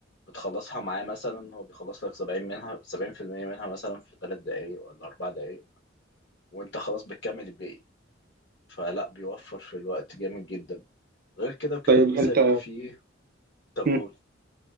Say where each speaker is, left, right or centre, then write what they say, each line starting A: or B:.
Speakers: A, on the left (about 60°); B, on the right (about 50°).
A: بتخلصها معاه مثلا هو بيخلص لك 70 منها 70% منها مثلا في 3 دقايق ولا 4 دقايق وانت خلاص بتكمل الباقي فلا بيوفر في الوقت جامد جدا غير كده وكده
B: طيب
A: الميزة
B: انت
A: اللي فيه طب
B: مم.
A: قول